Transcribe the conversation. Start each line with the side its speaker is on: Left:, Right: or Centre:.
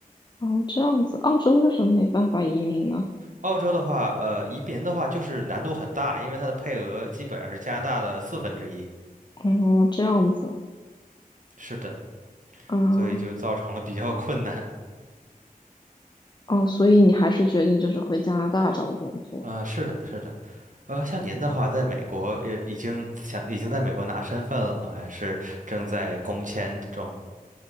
Left: 哦，这样子，澳洲为什么没办法移民呢？
Right: 澳洲的话，呃，移民的话就是难度很大，因为它的配额基本上是加拿大的四分之一。
Left: 哦，这样子，
Right: 是的，
Left: 嗯，
Right: 所以就造成了比较困难。
Left: 哦，所以你还是决定就是回加拿大找工作。
Right: 呃，是的，是的。呃，像您的话，在美国呃已经想已经在美国拿身份了吗？还是正在工签中？